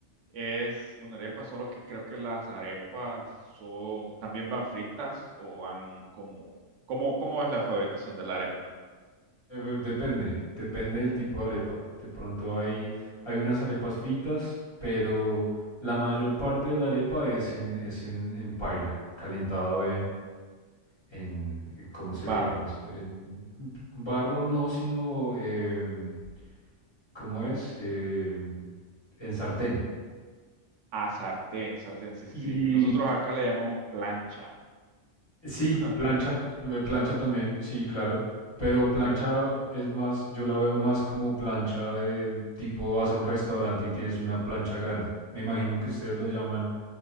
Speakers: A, on the right; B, on the left.
A: es una arepa, solo que creo que las arepas son, también van fritas o van como, ¿cómo, cómo es la fabricación de la arepa?
B: Eh, ve- Depende, depende del tipo de arepa. De pronto hay, hay unas arepas fritas, pero la mayor parte de la arepa es en, es en, en paila, calentado en, eh, ¿cómo
A: En
B: se
A: barro.
B: le diría eso? En barro no, sino, em, ¿cómo es? Em, en sartén.
A: Ah, sartén, sartén, sí, sí,
B: Y
A: sí. Nosotros acá le llamamos plancha.
B: sí,
A: <laughs>
B: plancha, eh, plancha también, sí, claro. Pero
A: Ok.
B: plancha es más, yo la veo más como plancha de tipo vas a un restaurante y tienes una plancha grande. Me imagino que ustedes lo llaman